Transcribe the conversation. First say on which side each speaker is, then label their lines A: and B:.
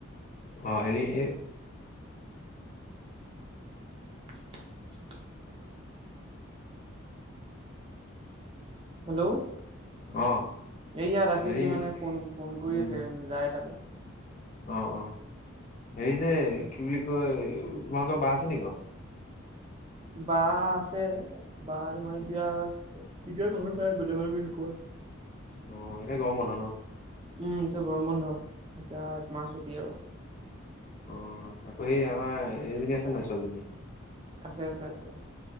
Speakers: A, on the left; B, on the right.
A: অ হেৰি এ
B: <inaudible> হেল্ল'
A: অ
B: এইয়াৰ তে
A: হেৰি
B: কি মানে ফোন ফোন কৰি
A: উম
B: আছে যায় তালে।
A: অ অ হেৰি যে কি বুলি কয় তোমাৰোকৰ বা আছে নেকি ঘৰত।
B: বা আছে বা আৰু মই এতিয়া এতিয়া ঘৰত নাই বেলেগৰ গৈছে কবাত <unintelligible>
A: অ এতিয়া গৰম বন্ধ ন।
B: উম তু গৰম বন্ধ। এতিয়া একমাহ চুটি আৰু।
A: অ আকৌ সেই আমাৰ এইজনী আছে নাই ছোৱালীজনী।
B: আছে আছে আছে আছে